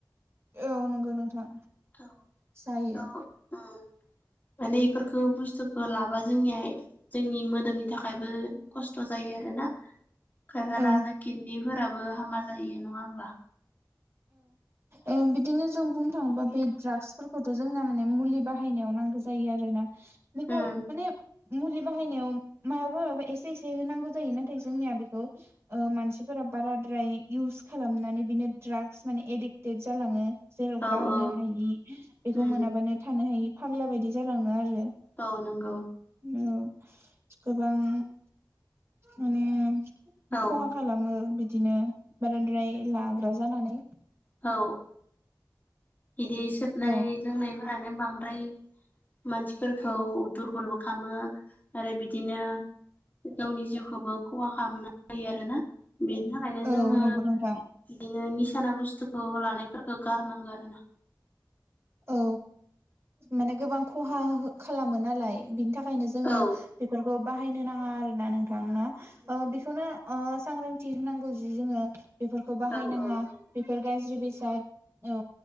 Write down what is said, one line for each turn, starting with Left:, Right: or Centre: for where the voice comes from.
Right: औ नोंगौ नोंथां।
Left: औ
Right: जायो
Left: औ उम माने इफोरखौ बुस्थुखौ लाबा जोंनिहाय जोंनि मोदोमनि थाखायबो खस्थ' जायो आरोना खायफाना
Right: औ
Left: आरो किदनिफोरा बो हामा जायो नङा होमबा?
Right: ओं बिदिनो जों बुंनो थाङोबा बे ड्राग्सफोरखौथ' जोंना माने मुलि बाहायनायाव नांगौ जायो आरो ना। बेख'
Left: उम
Right: माने मुलि बाहायनायाव मायावबा मायावबा एसे एसे होनांगौ जायो नाथाय जोंनिया बेखौ ओं मानसिफोरा बाराद्राय इउस खालामनानै बिनो ड्राग्स माने एडिक देट जालाङो जेराव
Left: औ
Right: गारनो
Left: औ
Right: हायि बेखौ
Left: उम
Right: मोनाबानो थानो हायि फाग्ला बायदि जालाङो आरो।
Left: औ नोंगौ
Right: औ गोबां माने
Left: औ
Right: खहा खालामो बिदिनो बाराद्राय लाग्रा जानानै
Left: औ। इदि सोबनाय
Right: औ
Left: लोंनायफोरानो बांद्राय मानसिफोरखौ दुरबलबो खामो आरो बिदिनो गावनि जिउखौबो खहा खामना लायो आरोना बेनि थाखायनो
Right: औ
Left: जोङो
Right: नंगौ नोंथां
Left: बिदिनो निसाना बुस्थुखौ लानायफोरखो गारनांगो आरो ना।
Right: औ माने गोबां खहा खालामो नालाय बिनि थाखाय थाखायनो जोङो
Left: औ
Right: बेफोरखौ बाहायनो नाङा आरोना नोंथां न' ओं बेखौनो ओं सांग्रांथि होनांगौ जि जोङो बेफोरखौ बाहायनाङा
Left: औ औ औ
Right: बेफोर गाज्रि बेसाद औ